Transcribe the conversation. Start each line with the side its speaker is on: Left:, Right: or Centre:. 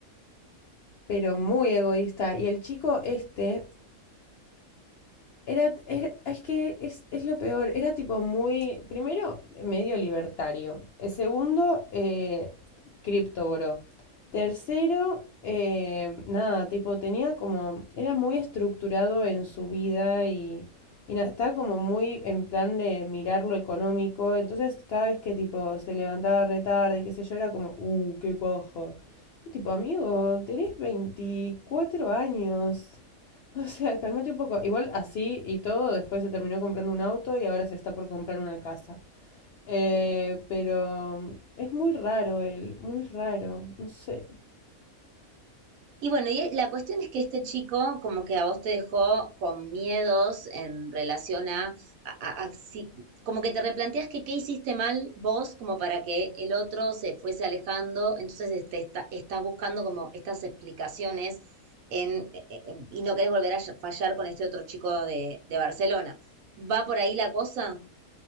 Left: Pero muy egoísta. Y el chico este Era, era- es que es, es lo peor, era tipo muy, primero, medio libertario, Eh, segundo, eh, criptogoró, tercero, eh, nada, tipo tenía como, era muy estructurado en su vida y, y nada, estaba como muy en plan de mirar lo económico, entonces cada vez que tipo se levantaba re tarde, qué sé yo, era como, uh, qué paja. Yo, tipo, amigo, tenés 24 años. O sea, cálmate un poco. Igual así y todo, después se terminó comprando un auto y ahora se está por comprar una casa. Eh, pero es muy raro él, muy raro, no sé.
Right: Y bueno, y la cuestión es que este chico como que a vos te dejó con miedos en relación a, a- a- a si- como que te replanteas que qué hiciste mal vos como para que el otro se fuese alejando, entonces este, está, estás buscando como estas explicaciones en, eh, eh, y no querés volver a fallar con este otro chico de, de Barcelona. ¿Va por ahí la cosa?